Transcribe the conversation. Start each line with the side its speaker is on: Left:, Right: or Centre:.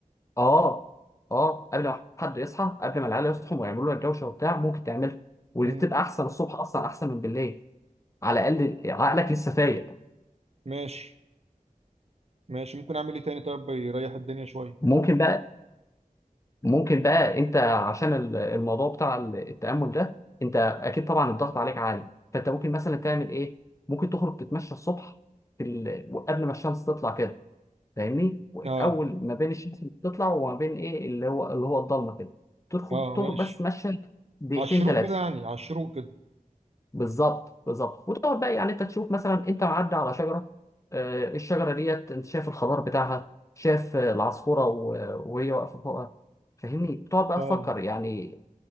Left: اه اه قبل ما حد يصحى قبل ما العيال يصحوا ويعملوا لك دوشه وبتاع ممكن تعملها ودي
Right: امم
Left: بتبقى احسن الصبح اصلا احسن من بالليل على الاقل عقلك لسه فايق
Right: ماشي ماشي ممكن اعمل ايه تاني طيب يريح الدنيا شويه
Left: ممكن بقى ممكن بقى انت عشان ال- الموضوع بتاع ال- التامل ده انت اكيد طبعا الضغط عليك عالي فانت ممكن مثلا تعمل ايه ممكن تخرج تتمشى الصبح في ال... قبل ما الشمس تطلع كده فاهمني
Right: اه
Left: اول ما بين الشمس اللي بتطلع وما بين ايه اللي هو اللي هو الضلمه كده تدخل
Right: اه
Left: تخرج
Right: ماشي
Left: بس تمشى دقيقتين
Right: على الشروق
Left: ثلاثه
Right: كده يعني على الشروق كده
Left: بالظبط بالظبط وتقعد بقى يعني انت تشوف مثلا انت معدي على شجره آه، الشجره ديت انت شايف الخضار بتاعها شايف آه، العصفوره و- وهي واقفه فوقها فاهمني بتقعد بقى
Right: اه
Left: تفكر يعني